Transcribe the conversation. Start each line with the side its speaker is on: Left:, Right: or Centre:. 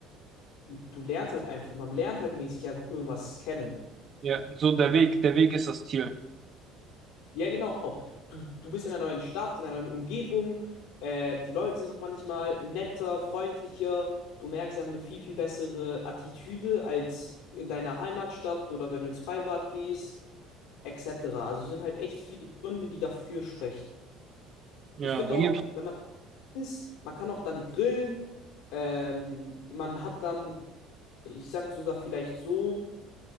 Left: du lernst halt einfach, man lernt halt mäßig einfach irgendwas kennen.
Right: ja, so der Weg, der Weg ist das Ziel.
Left: Ja, genau. Du, du bist in einer neuen Stadt, in einer neuen Umgebung. Äh, die Leute sind noch manchmal netter, freundlicher. Du merkst, sie haben eine viel, viel bessere Attitüde als in deiner Heimatstadt oder wenn du ins Freibad gehst, etc. Also sind halt echt viele Gründe, die dafür sprechen.
Right: Ja,
Left: Ich finde
Right: irgendwie,
Left: auch, wenn man isst, man kann auch dann grillen. Ähm, man hat dann, ich sag sogar vielleicht so,